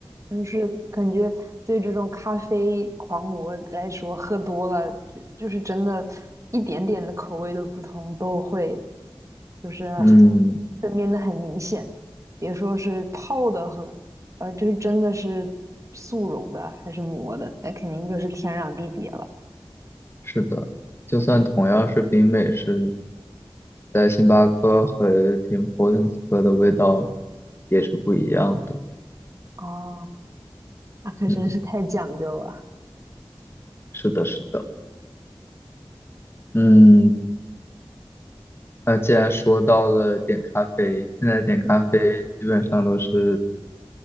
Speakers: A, on the right; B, on the left.
A: 就是感觉对这种咖啡狂魔来说，喝多了就就是真的，一点点的口味的不同都会就是
B: 嗯，
A: 分辨的很明显，别说是泡的和，呃，就是真的是速溶的还是磨的，那肯定就是天壤地别了。
B: 是的，就算同样是冰美式，在星巴克和 Tim Hortons 喝的味道也是不一样的。
A: 哦，<laughs> 那可真是太讲究了。
B: 嗯，是的，是的。嗯，那既然说到了点咖啡，现在点咖啡基本上都是
A: 嗯